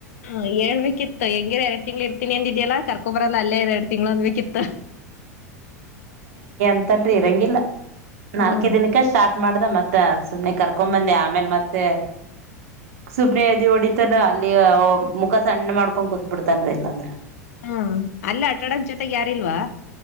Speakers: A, on the left (about 60°); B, on the right (about 60°).
A: ಹಾ ಹೇಳ್ಬೇಕಿತ್ತು ಹ ಹೆಂಗಿರ ಎರಡ್ ತಿಂಗ್ಳ ಇರ್ತಿನ್ ಅಂದಿದ್ಯಲ್ಲ ಕರ್- - ಕ್ಕೊಬರಲ್ಲ ಅಲ್ಲೇ ಇರು ಎರಡು ತಿಂಗ್ಳು ಅನ್ಬೆಕೇಕಿತ್ತು.
B: ಅಂತಲ್ರಿ ಇರಂಗಿಲ್ಲ
A: ಹ್ಮ್
B: ನಾಲ್ಕೆ ದಿನಕ್ಕ ಸ್ಟಾರ್ಟ್ ಮಾಡ್ದ ಮತ್ತ ತ್ತ ಸುಮ್ನೆ ಕರ್ಕೊ್ ಬಂದೆ ಆಮೇಲ್ ಮತ್ತೆ. ಸುಬ್ನಿದಿ ಹೊಡಿತನ ಅಲ್ಲಿ ಮುಖ ಸಣ್ಣ ಮಾಡ್ಕೊಂಡ್ ಕುೂತ್ ಬಿಡ್ತನ್ರಿ ಇಲ್ಲ ಅಂದ್ರೆ.
A: ಹ್ಮ ಅಲ್ಲೇ ಆಟಾಡೊಕೆ ಜೊತೆಗೆ ಯಾರಿಲ್ವಾ.